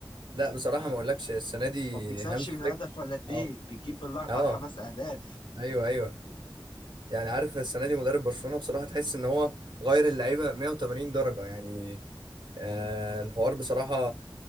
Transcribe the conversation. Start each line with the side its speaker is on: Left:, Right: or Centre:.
Right: لا بصراحه ما اقولكش السنه دي
Left: ما بتكسبش
Right: هانز
Left: من
Right: فليك
Left: هدف ولا اتنين
Right: اه
Left: بتجيب بالاربع
Right: اه
Left: خمس اهداف
Right: ايوه ايوه يعني عارف السنه دي مدرب برشلونه بصراحه تحس ان هو غير اللعيبه 180 درجه يعني آه الحوار بصراحه